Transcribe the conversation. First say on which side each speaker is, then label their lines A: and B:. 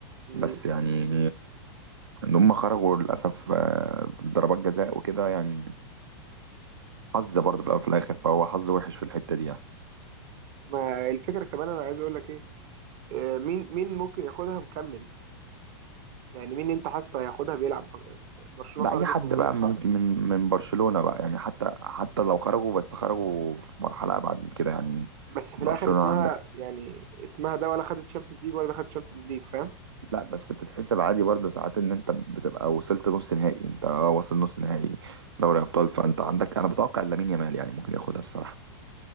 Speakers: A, on the right (about 45°); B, on the right (about 75°).
A: امم
B: بس يعني ان هم خرجوا للاسف آه، ضربات جزاء وكده يعني حظ برضه في الاول وفي الاخر فهو حظ وحش في الحته دي يعني
A: ما الفكرة كمان انا عايز اقول لك ايه آه، مين مين ممكن ياخدها مكمل يعني مين انت حاسه هياخدها بيلعب برشلونة
B: ده
A: خرجت
B: اي حد
A: ومدريد
B: بقى
A: خرج
B: ممكن من من برشلونه بقى يعني حتى حتى لو خرجوا بس خرجوا في مرحله ابعد من كده يعني
A: بس في
B: برشلونه
A: الاخر اسمها
B: عندك
A: يعني اسمها ده ولا خدت شامبيونز ليج ولا دخلت شامبيونز ليج فاهم
B: لا بس بتتحسب عادي برضه ساعات ان انت بتبقى وصلت نص نهائي انت واصل نص نهائي دوري ابطال فانت عندك انا بتوقع إن لامين يامال يعني ممكن ياخدها الصراحه